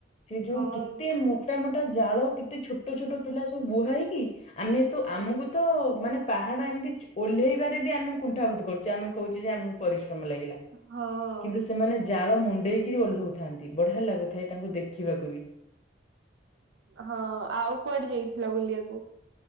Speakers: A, on the left; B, on the right.
A: ସେ ଯୋଉ
B: ହଁ
A: କେତେ ମୋଟାମୋ ଟା ଜାଳ କେତେ ଛୋଟ ଛୋଟ ପିଲା ସବୁ ବୁହାଇକି ଆମେ ତ ଆମକୁ ତ ମାନେ ପାହାଡ ଏମିତି ଓହ୍ଲେଇବାରେ ବି ଆମେ କୁଣ୍ଠାବୋଧ କରୁଥିଲୁ। ଚେ ଆମେ କହୁଛେ ଆମକୁ ପରିଶ୍ରମ ଲାଗିଲା
B: ହଁ
A: କିନ୍ତୁ ସେ ସେମାନେ ଜାଳ ମୁଣ୍ଡେଇକିରି ଓହ୍ଲଉଥାନ୍ତି ବଢିଆ ଲାଗୁଥାଏ ତାଙ୍କୁ ଦେଖିବାକୁ ବି।
B: ହଁ ଆଉ କୁଆଡେ ଯାଇଥିଲ ବୁଲିବାକୁ?